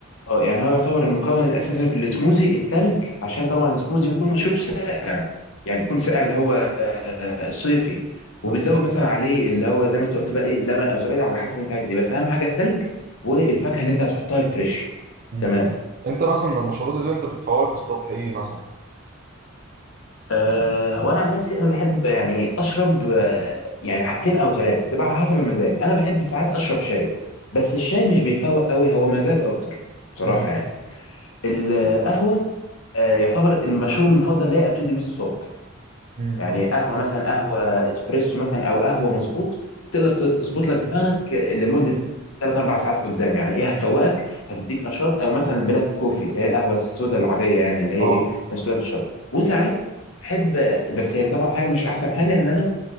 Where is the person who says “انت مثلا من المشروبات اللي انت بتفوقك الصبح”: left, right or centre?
Right